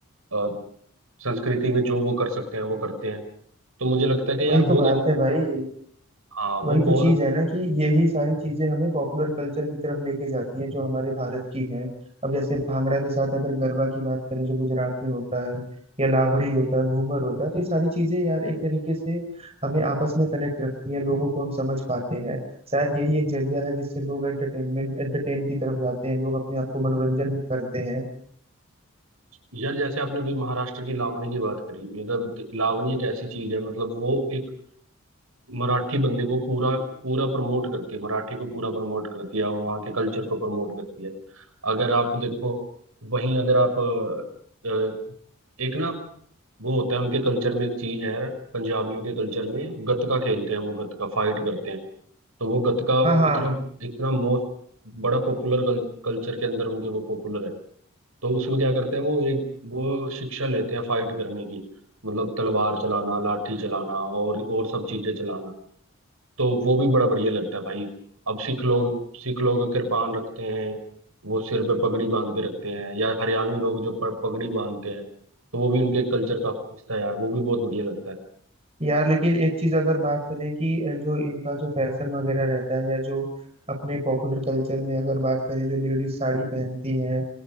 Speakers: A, on the right; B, on the right.
A: अ, संस्कृति में जो वो कर सकते हैं वो करते हैं तो मुझे लगता है कि
B: वही
A: यार
B: तो
A: बहुत
B: बात है भाई
A: हाँ वो
B: वही तो
A: बहुत
B: चीज है ना कि यही सारी चीजें हमें पॉपुलर कल्चर की तरफ लेके जाती हैं जो हमारे भारत की हैं अब जैसे भांगड़ा के साथ अगर गरबा की बात करें जो गुजरात में होता है या लावड़ी होता है घूमर होता है तो ये सारी चीजें यार एक तरीके से हमें आपस में कनेक्ट रखती हैं लोगों को हम समझ पाते हैं शायद यही एक जरिया है जिससे लोग एंटरटेनमेंट एंटरटेन की तरफ जाते हैं लोग अपने आप को मनोरंजन करते हैं
A: यार जैसे आपने अभी महाराष्ट्र की लावणी की बात करी मतलब लावणी एक ऐसी चीज है मतलब वो एक मराठी बंदे को पूरा पूरा प्रमोट करती है मराठी को पूरा प्रमोट करती है वहाँ के कल्चर को प्रमोट करती है अगर आप देखो वहीं अगर आप अ, अ, एक ना वो होता है उनके कल्चर में एक चीज है यार, पंजाबियों के कल्चर में गतका खेलते हैं वो गतका फाइट करते हैं तो वो गतका
B: हाँ हाँ
A: इतना इतना मोस्ट बड़ा पॉपुलर कल्चर के अंदर उनके वो पॉपुलर है तो उसमें क्या करते हैं वो एक वो शिक्षा लेते हैं फाइट करने की मतलब तलवार चलाना लाठी चलाना और और सब चीजें चलाना तो वो भी बड़ा बढ़िया लगता है भाई अब सिख लोग सिख लोग कृपान रखते हैं वो सिर पे पगड़ी बांध के रखते हैं या हरियाणवी लोग जो प- पगड़ी बांधते हैं तो वो भी उनके कल्चर का हिस्सा है यार वो भी बहुत बढ़िया लगता है
B: यार लेकिन एक चीज अगर बात करें कि जो इनका जो फैशन वगैरह रहता है या जो अपने पॉपुलर कल्चर में अगर बात करें जो लेडीज साड़ी पहनती हैं